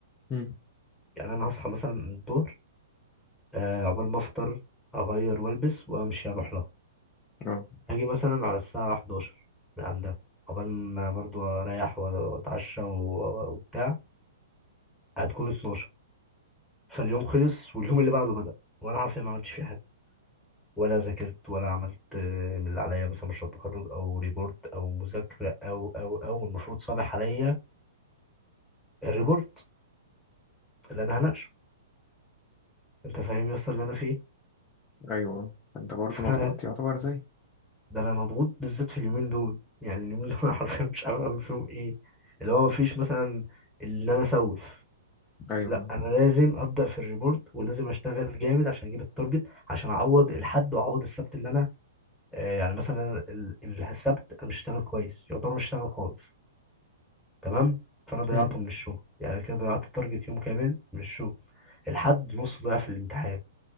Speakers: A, on the left (about 20°); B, in the centre.
A: مم.
B: يعني أنا هصحى مثلا الظهر آه عقبال ما أفطر أغير وألبس وأمشي أروح لها
A: اه
B: هاجي مثلا على الساعة 11 من عندها عقبال ما برضه أريح وأتعشى و- وبتاع هتكون 12 فاليوم خلص واليوم اللي بعده بدأ وأنا عارف إني ما عملتش فيه حاجة ولا ذاكرت ولا عملت آه، من اللي عليا مثلا مشروع تخرج او ريبورت او مذاكره او او او المفروض صابح عليا الريبورت اللي انا هناقشه انت فاهم يا اسطى اللي انا فيه
A: ايوه انت برضه
B: <laughs> فانا
A: مضغوط يعتبر زي
B: ده انا مضغوط بالذات في اليومين دول يعني اليومين دول انا <laughs> حرفيا مش عارف اعمل فيهم ايه اللي هو مفيش مثلا ان انا اسوف
A: ايوه
B: لا انا لازم ابدا في الريبورت ولازم اشتغل جامد عشان اجيب التارجت عشان اعوض الحد واعوض السبت اللي انا آه، يعني مثلا ال- السبت انا مش هشتغل كويس يعتبر مش هشتغل خالص تمام فانا ضيعته
A: امم
B: من الشغل يعني كده ضيعت تارجت يوم كامل من الشغل الحد نص ضيع في الامتحان